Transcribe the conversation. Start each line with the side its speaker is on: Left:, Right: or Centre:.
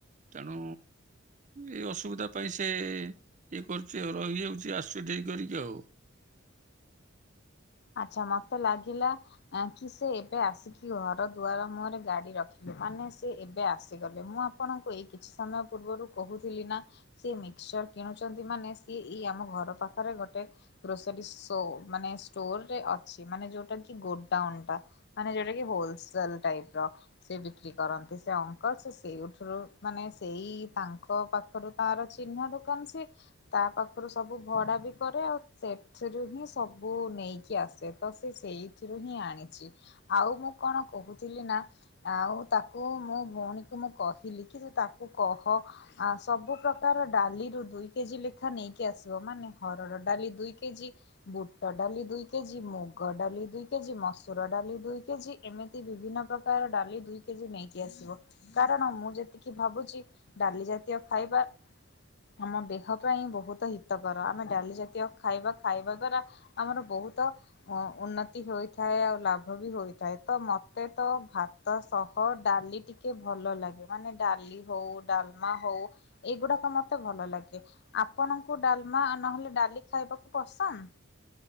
Right: ।ତେଣୁ ଏଇ ଅସୁବିଧା ପାଇଁ ସେ ଇଏ କରୁଛି ଆଉ, ରହିଯାଉଛି, ଆସୁଛ ଡେରି କରି। ଆଉ
Left: ଆଛା, ମତେ ଲାଗିଲା କି ସେ ଏବେ ଆସିକି ଘର ଦୁଆର ମୁହରେ ଗାଡି ରଖିଲୁ ।ମାନେ ସେ ଏବେ ଆସ ଆସିଗଲେ, ମୁଁ ଆପଣଙ୍କୁ ଏଇ କିଛି ସମୟ ପୂର୍ବରୁ କହୁଥିଲି ନା -ସେ ମିକ୍ସଚର କିଣୁଛନ୍ତି ମାନେ ସିଏ ଇ ଆମ ଘର ପାଖରେ ଗୋଟେ ଗ୍ରୋସରୀ ସୋ ମାନେ ଷ୍ଟୋରରେ ଅଛି ।ମାନେ ଯୋଉଟା କି ଗୋଡାଉନ୍ ଟା, ମାନେ ଯୋଉଟା କି ହୋଲସେଲ ଟାଇପ ର ବିକ୍ରି କରନ୍ତି ସେ ଅଙ୍କଲ ସେ ସେଇଠୁରୁ ମାନେ ସେଇ ତାଙ୍କ ପାଖରୁ ତାର ଚହ ଚହ୍ନା ଦୋକାନ ସିଏ, ତା ପାଖରୁ ସବୁ ଭଡା ବି କରେ। ଆଉ ସେଥିରୁ ହିଁ ସବୁ ନେଇକି ଆସେ, ତ ସେ ସେଇଥିରୁ ହିଁ ଆଣିଛି ।ଆଉ ମୁଁ କଣ କହୁଥିଲି ନା ଆଉ ତାକୁ ମୋ ଭଉଣୀକୁ ମୁଁ କହିଲି କି ତାକୁ କହ ଆ ସବୁ ପ୍ରକାର ଡାଲିରୁ ଦୁଇ କେଜି ଲେଖା ନେଇକି ଆସିବ। ମାନେ ହରଡ ଡାଲି ଦୁଇ କେଜି, ବୁଟ ଡାଲି ଦୁଇ କେଜି, ମୁଗ ଡାଲି ଦୁଇ କେଜି, ମସୁର ଡ଼ାଲି ଦୁଇ କେଜି ଏମିତି ବିଭିନ୍ନ ପ୍ରକାର ଡା ଡାଲି ଦୁଇ କେଜି ନେଇକି ଆସିବ ।କାରଣ ମୁଁ ଯେତିକି ଭାବୁଛି ଡାଲି ଜାତୀୟ ଖାଇବା ଆମ ଦେହ ପାଇଁ ବହୁତ ହିତକର ।ଆମେ ଡାଲି ଜାତୀୟ ଖାଇବା ଖାଇବା ଦ୍ଵାରା ଆମର ବହୁତ ଉନ୍ନତି ହୋଇଥାଏ ଆଉ ଲାଭ ବି ହୋଇଥାଏ ।ତ ମୋତେ ତ ଭା ତ ସହ ଡାଲି ଟିକେ ଭଲ ଲାଗେ ।ମାନେ ଡାଲି ହଉ ଡାଲମା ହଉ ଏଇଗୁଡା ମତେ ଭଲ ଲାଗେ ।ଆପଣଙ୍କୁ ଡାଲମା ନହେଲେ ଡାଲି ଖାଇବାକୁ ପସନ୍ଦ?